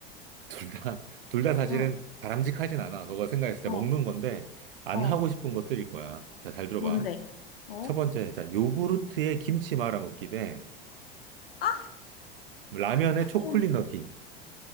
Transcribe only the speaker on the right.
<laughs> 둘 다, 둘 다 사실은
바람직하진 않아. 너가 생각했을 때
먹는 건데, 안
하고 싶은 것들일 거야. 자, 잘 들어봐.
첫 번째, 자 요구르트에 김치 말아 먹기 대
라면에 초콜릿
넣기.